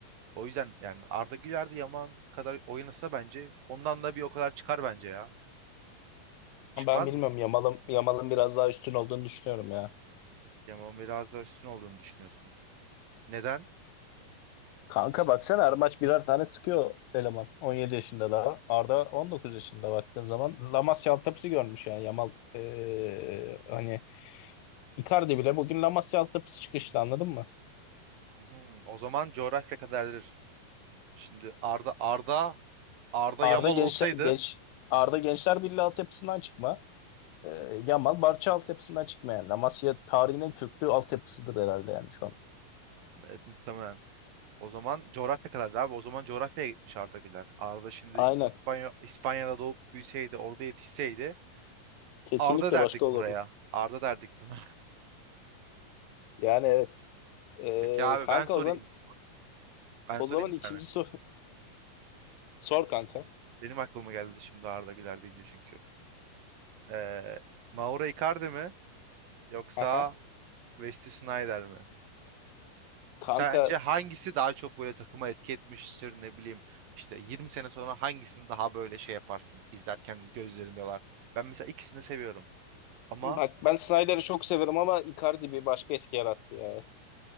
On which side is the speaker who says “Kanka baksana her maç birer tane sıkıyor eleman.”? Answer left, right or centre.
Left